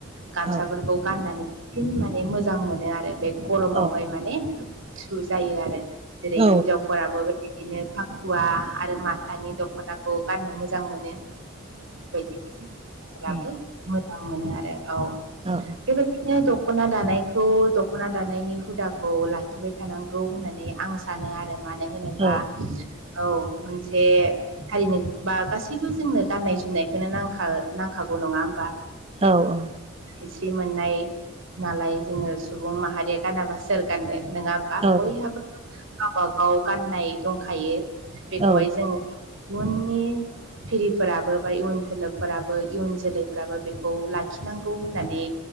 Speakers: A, on the right (about 65°); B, on the right (about 25°).
A: गामसाफोरखौ
B: औ
A: गाननानै बन माने मोजां मोनो आरो बे गरमावहाय
B: औ
A: माने गुसु जायो आरो जेरै
B: औ
A: हिनजाव फोराबो बेबायदिनो फाखुवा आरो माथानि दख'नाखौ गाननो मोजां मोनो। <unintelligible>
B: उम
A: मोजां मोनो आरो औ
B: औ
A: बेबाय बिदिनो दख'ना दानायखौ दख'ना दानायनि हुदाखौ लाखिबाय थानांगौ होननानै आं सा सानो आरो मानो होनोबा
B: औ
A: औ मोनसे हारिनो बा गासैबो जोंनो गाननाय जोमनायखौनो नांखा नांखागौ नङा होमबा।
B: औ औ
A: खस्रि मोननाय नालाय जोङो सुबुं माहारिया गानाबा सोर गाननो नोंङा आ
B: औ
A: बयहाबो गावबा गाव गाननाय दंखायो बेखौहाय
B: औ
A: जोङो इयुननि फिरिफोराबो बा इयुन खोलोबफोराबो इयुन जोलैफोराबो बेखौ लाखिनांगौ होननानै